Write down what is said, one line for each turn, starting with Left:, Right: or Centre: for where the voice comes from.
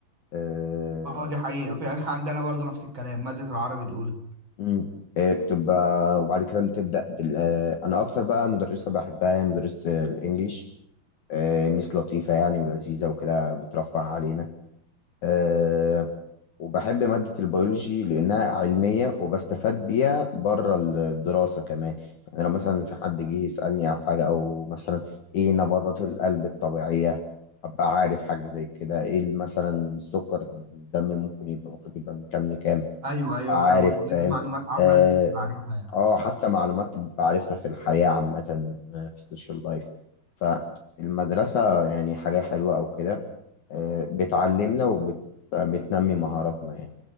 Left: آه،
Right: اه دي حقيقه فعلا إحنا عندنا برضو نفس الكلام ماده العربي الاولى
Left: مم. آه، بتبقى وبعد كده بتبدأ بال... آه، أنا أكتر بقى مدرسة بحبها هي مدرسة الإنجليش آه، ميس لطيفة يعني ولذيذة وكده بترفه علينا آه، وبحب مادة البيولوجي لأنها علمية وبستفاد بيها بره الدراسة كمان يعني لو مثلا في حد جه يسألني أو حاجة أو مثلا إيه نبضات القلب الطبيعية أبقى عارف حاجة زي كده إيه مثلا سكر الدم ممكن يبقى المفروض يبقى من كام لكام
Right: ايوه
Left: أبقى
Right: ايوه فاهمك
Left: عارف
Right: كل
Left: فاهم
Right: دي معلومات عامه
Left: آه,
Right: لازم تبقى عارفها يعني
Left: آه حتى معلومات بعرفها في الحياة عامة آه، في السوشيال لايف فالمدرسة يعني حاجة حلوة أو كده آه بتعلمنا وبتنمي مهاراتنا يعني